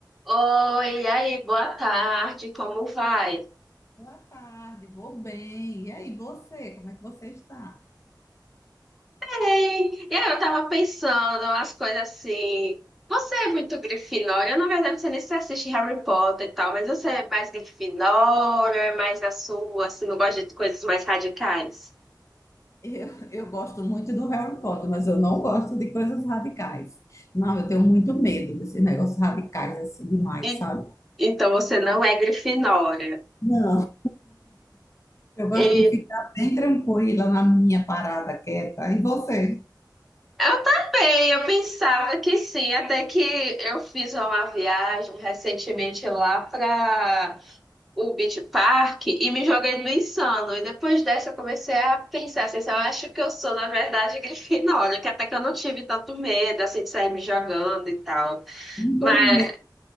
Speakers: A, in the centre; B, on the left.
A: Oi, e aí, boa tarde, como vai?
B: Boa tarde, vou bem. E aí, você? Como é que você está?
A: Ei, e aí, eu tava pensando umas coisas assim. Você é muito Grifinória, eu na verdade você nem se assiste Harry Potter e tal, mas você é mais Grifinória, é mais na sua, assim, não gosta de coisas mais radicais.
B: Eu, eu gosto muito do Harry Potter, mas eu não gosto de coisas radicais. Não, eu tenho muito medo desses negócios radicais assim demais,
A: E,
B: sabe?
A: então você não é Grifinória.
B: Não. Eu
A: E
B: gosto de ficar bem tranquila na minha parada quieta. E você?
A: eu também, eu pensava que sim, até que eu fiz uma viagem recentemente lá para. o Beach Park e me joguei no Insano. E depois dessa eu comecei a pensar assim, eu acho que eu sou, na verdade, <laughs> Grifinória, que até que eu não tive tanto medo assim de sair me jogando e tal.
B: Não
A: Mas,
B: teve medo?